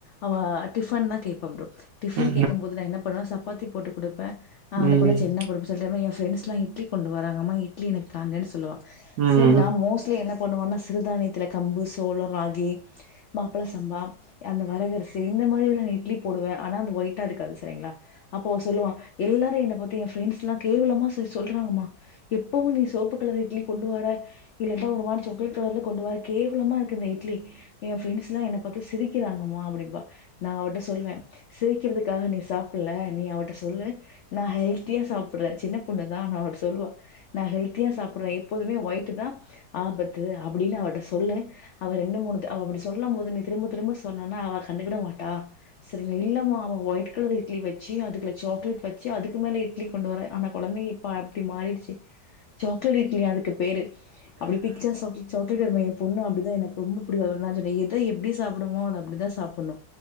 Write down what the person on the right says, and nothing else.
ம்.
ம். ம்.
ம்.